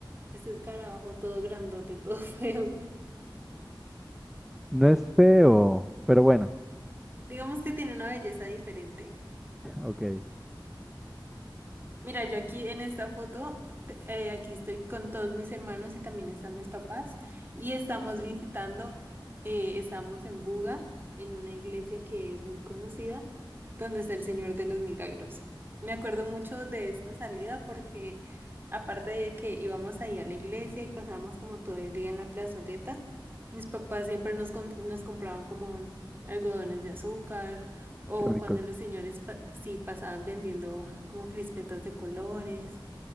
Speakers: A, on the right; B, in the centre.
A: este escarabajo todo grandote, <laughs> todo feo.
B: No es feo, pero bueno,
A: Digamos que tiene una belleza diferente.
B: ok, qué
A: Mira, yo aquí en esta foto, eh, aquí estoy con todos mis hermanos y también están mis papás y estamos visitando, eh, estamos en Buga, en una iglesia que es muy conocida, donde está el Señor de los Milagros. Me acuerdo mucho de esta salida porque aparte de que íbamos ahí a la iglesia y pasábamos como todo el día en la plazoleta, mis papás siempre nos, com- nos compraban como algodones de azúcar o
B: ricos.
A: cuando los señores pa- sí pasaban vendiendo como crispetas de colores.